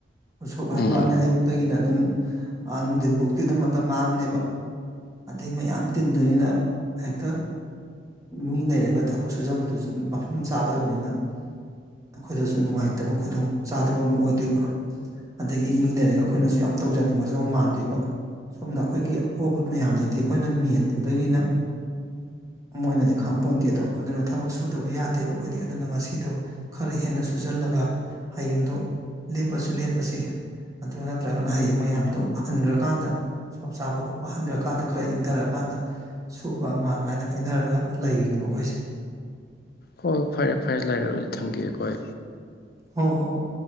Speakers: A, on the right; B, on the left.
A: ꯎꯁꯣꯞ ꯍꯥꯏꯕꯅꯦ
B: ꯎꯝ
A: ꯑꯌꯨꯛꯇꯒꯤꯅ ꯑꯗꯨꯝ ꯅꯨꯡꯊꯤꯟꯐꯧꯇꯤ ꯑꯗꯨꯝ ꯃꯇꯝ ꯃꯥꯡꯉꯅꯦꯕ ꯑꯗꯩ ꯃꯌꯥꯝ ꯇꯤꯟꯗꯣꯏꯅꯤꯅ ꯍꯦꯛꯇ ꯃꯤ ꯂꯩꯔꯒ ꯊꯕꯛ ꯁꯨꯖꯟꯕꯗꯨꯁꯨ ꯃꯐꯝ ꯆꯥꯗꯕꯅꯤꯅ ꯑꯩꯈꯣꯏꯗꯁꯨ ꯅꯨꯡꯉꯥꯏꯇꯕ ꯈꯨꯗꯣꯡ ꯆꯥꯗꯕ ꯑꯃ ꯑꯣꯏꯗꯣꯏꯕ ꯑꯗꯒꯤ ꯃꯤ ꯂꯩꯔꯒ ꯑꯩꯈꯣꯏꯅꯁꯨ ꯌꯥꯝ ꯇꯧꯖꯅꯤꯡꯕꯁꯨ ꯑꯃ ꯃꯥꯟꯗꯣꯏꯕ ꯑꯨꯝꯅ ꯑꯩꯈꯣꯏꯒꯤ ꯑꯍꯣꯕ ꯃꯌꯥꯝꯗꯨꯗꯤ ꯑꯩꯈꯣꯏꯅ ꯃꯦꯟꯒꯗꯣꯏꯅꯤꯅ ꯃꯣꯏꯅꯗꯤ ꯈꯪ ꯄꯣꯟꯗꯦꯗꯣ ꯑꯗꯨꯅ ꯊꯕꯛ ꯁꯨꯗꯕ ꯌꯥꯗꯦꯕ ꯑꯩꯈꯣꯏꯗꯤ ꯑꯗꯨꯅ ꯉꯁꯤ ꯁꯤꯗꯣ ꯈꯔ ꯍꯦꯟꯅ ꯁꯨꯖꯜꯂꯒ ꯍꯌꯦꯡꯗꯨ ꯂꯦꯞꯄꯁꯨ ꯂꯦꯞꯄꯁꯤ ꯑꯗꯨ ꯅꯠꯇ꯭ꯔꯒꯅ ꯍꯌꯦꯡ ꯃꯌꯥꯝꯗꯨ ꯍꯟꯈ꯭ꯔꯀꯥꯟꯗ ꯆꯞ ꯆꯥꯕ ꯈꯣꯠꯄ ꯍꯟꯈ꯭ꯔꯀꯥꯟꯗ ꯈꯔ ꯏꯪꯊꯔꯀꯥꯟꯗ ꯁꯨꯄ ꯑꯃ ꯑꯗꯨꯃꯥꯏꯅ ꯍꯥꯏꯅꯔꯒ ꯂꯩꯔꯤꯅꯦꯕ ꯑꯩꯈꯣꯏꯁꯦ
B: ꯍꯣꯏ ꯍꯣꯏ ꯐꯔꯦ ꯐꯔꯦ ꯂꯩꯔꯣꯗꯨꯗꯤ ꯊꯝꯒꯦ ꯑꯩꯈꯣꯏ
A: ꯍ ꯍꯣ